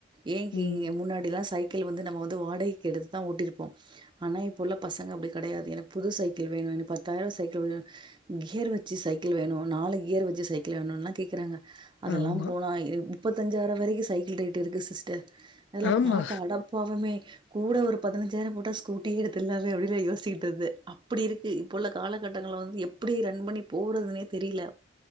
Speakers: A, on the right (about 25°); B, on the left (about 65°).
A: ஏங்க
B: ம்.
A: இங்க முன்னாடில்லா சைக்கிள் வந்து நம்ம வந்து வாடகைக்கு எடுத்துதா ஓட்டிருப்போ ஆனா இப்போ உள்ள பசங்க அப்டி கெடயாது எனக்கு புது சைக்கிள் வேணு பத்த டயர் சைக்கிள் வேணு கியர் வச்சு சைக்கிள் வேணு நாலு கியர் வச்சு சைக்கிள் வேணுல்லா கேக்குறாங்க அதெல்லா
B: ஆமா.
A: போனா முப்பத்தஞ்சாயிற வரைக்கு சைக்கிள் ரேட்டு இருக்கு சிஸ்டர் அதெல்லா
B: ஆமா.
A: பாத்தா அட பாவமே கூட ஒரு பதினஞ்சாயிர போட்டா ஸ்கூட்டியே எடுத்துல்லாமே அப்டிலா யோசிட்டு இருந்தே அப்டி இருக்கு இப்போ உள்ள காலகட்டங்கள வந்து எப்டி ரன் பண்ணி போறதுனே தெரியல